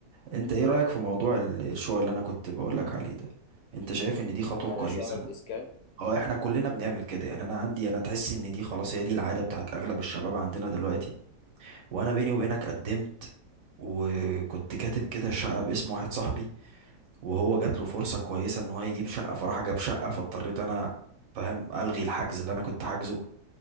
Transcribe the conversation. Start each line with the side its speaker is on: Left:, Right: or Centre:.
Right: انت ايه رأيك في موضوع ال- الشقق اللي انا كنت بقولك عليه ده انت شايف ان دي خطوة
Left: على
Right: كويسة
Left: شعر الإسكان
Right: اه احنا كلنا بنعمل كده يعني انا عندي انا تحس ان دي خلاص هي دي العاده بتاعت اغلب الشباب عندنا دلوقتي وانا بيني وبينك قدمت وكنت كاتب كده شقه باسم واحد صاحبي وهو جات له فرصه كويسه ان هو يجيب شقه فراح جاب شقه فاضطريت انا فاهم الغي الحجز اللي انا كنت حاجزه